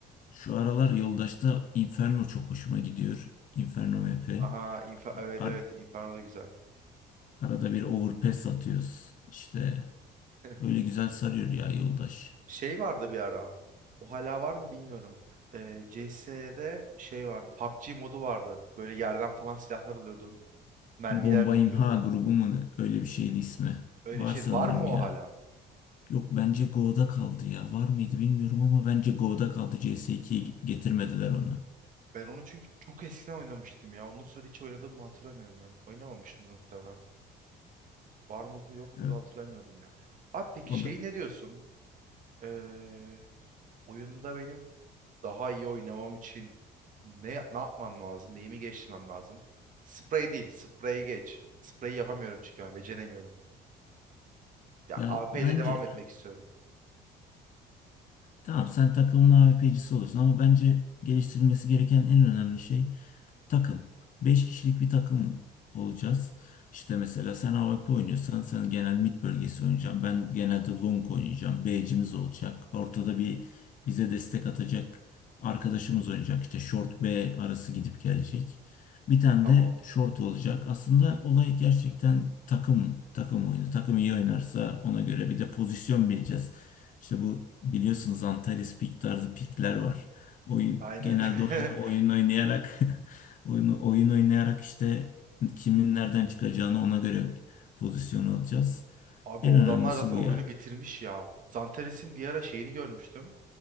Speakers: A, on the left (about 50°); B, on the right (about 50°).
A: şu aralar Yoldaş'ta Inferno çok hoşuma gidiyor. Inferno map'i.
B: Aha infa
A: A-
B: evet
A: ar-
B: evet Inferno da güzel.
A: arada bir overpass atıyoruz. İşte
B: <laughs>
A: öyle güzel sarıyor ya Yoldaş.
B: Şey vardı bir ara. O hala var mı bilmiyorum. Ee, CS'de şey vardı. PUBG modu vardı. Böyle yerden falan silahlar alıyordun. Mermiler
A: Bomba
B: topluyordun.
A: İmha grubu mu? ne? Öyle bir şeydi ismi.
B: Öyle
A: Var
B: bir şeydi.
A: sanırım
B: Var mı
A: ya.
B: o hala?
A: Yok bence Go'da kaldı ya. Var mıydı bilmiyorum ama bence Go'da kaldı. CS2'ye getirmediler onu.
B: Ben onu çünkü çok eskiden oynamıştım ya. Ondan sonra hiç oynadığımı hatırlamıyorum yani. Oynamamışımdır muhtemelen. Var mıydı yok mu
A: Evet.
B: da hatırlamıyordum ya. Abi peki
A: O
B: şey
A: da
B: ne diyorsun? Ee, oyunda benim daha iyi oynamam için ne ne yapmam lazım? Neyimi geliştirmem lazım? Sprey değil. Sprey geç. Sprey yapamıyorum çünkü ben beceremiyorum. Ya
A: ya
B: AP
A: bence
B: ile devam etmek istiyorum.
A: Tamam sen takımın AVP'cisi olursun ama bence geliştirilmesi gereken en önemli şey takım. beş kişilik bir takım olacağız. İşte mesela sen AWP oynuyorsan sen genel mid bölgesi oynayacaksın. Ben genelde long oynayacağım. B'cimiz olacak. Ortada bir
B: Hı,
A: bize destek atacak arkadaşımız oynayacak. İşte short B arası gidip gelecek. Bir tane
B: tamam.
A: de short olacak. Aslında olay gerçekten takım takım oyunu. Takım iyi oynarsa ona göre bir de pozisyon bileceğiz. İşte bu biliyorsunuz Antares pik tarzı pikler var. Oyun
B: Aynen.
A: genelde
B: <laughs>
A: oyunu oyun oynayarak <laughs> Oyunu, oyun oynayarak işte kimin nereden çıkacağını ona göre pozisyon alacağız.
B: Abi
A: En
B: o
A: önemlisi
B: adamlar zaten
A: bu
B: oyunu
A: ya.
B: bitirmiş ya. Zantares'in bir ara şeyini görmüştüm.